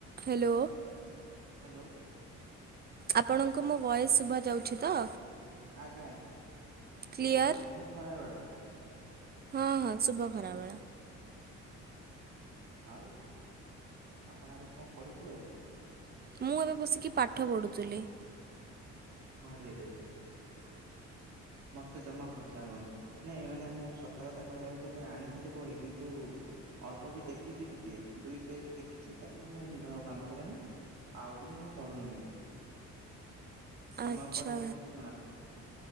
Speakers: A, on the right; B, on the right.
A: Hello.
B: Hello.
A: ଆପଣଙ୍କୁ ମୋ voice ଶୁଭା ଯାଉଛି ତ?
B: ଆଜ୍ଞା ଆଜ୍ଞା
A: କ୍ଲିଅର୍
B: ଓ ଶୁଭ ଖରାବେଳ
A: ହଁ ହଁ ଶୁଭ ଖରାବେେଳ
B: ଆଉ ଆପଣ ଏବେ କଣ କରୁଥିଲେ?
A: ମୁଁ ଏବେ ବସିକି ପାଠ ପଢ଼ୁଥିଲି।
B: ଆରେ ରେ ରେ ରେ ମତେ ଜମା ଭଲ୍ ଲାଗନି ନାଇଁ ମାନେ ମୁଁ ସତ କଥା କହିବାକୁ ଗଲେ ଆଣିଥିଲି ବହି କିନ୍ତୁ ଅଳ୍ପ ବି ଦେଖିଛି ଟିକେ ଦୁଇ ପେଜ୍ ଦେଖିଛି ତାପରେ ମୋ ମୁଣ୍ଡ ଆଉ କାମ କଲାନି ଆଉ ବି ମୁଁ ପଢ଼ୁନି ସମୟ
A: ଆଚ୍ଛା
B: କୁଆଡ଼େ ପଳଉଛି ଜଣାପଡ଼ୁନି।